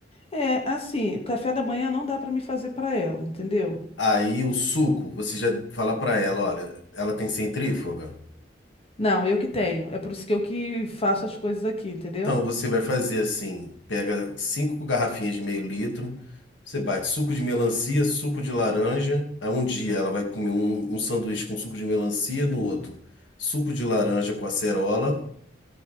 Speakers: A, on the left (about 35°); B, on the left (about 90°).
A: É, assim, café da manhã não dá para me fazer para ela, entendeu?
B: Aí o suco, você já fala pra ela, olha, ela tem centrífuga.
A: Não, eu que tenho. É por isso que eu que faço as coisas aqui, entendeu?
B: Então você vai fazer assim, pega cinco garrafinhas de meio litro, você bate suco de melancia, suco de laranja. Aí um dia ela vai comer um, um sanduíche com suco de melancia, no outro suco de laranja com acerola.